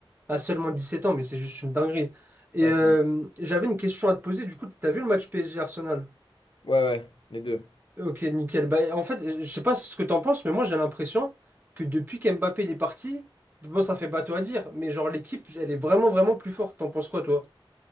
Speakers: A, on the right (about 20°); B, on the left (about 60°).
A: à seulement 17 ans, mais c'est juste une dinguerie. Et
B: Ouais,
A: euh,
B: c'est une-
A: j'avais une question à te poser, du coup, t'as vu le match PSG-Arsenal?
B: ouais, ouais, les deux.
A: Ok, nickel. Bah, en fait, je sais pas ce que t'en penses, mais moi j'ai l'impression que depuis qu'Mbappé il est parti, bon, ça fait bateau à dire, mais genre l'équipe, elle est vraiment, vraiment plus forte. T'en penses quoi, toi?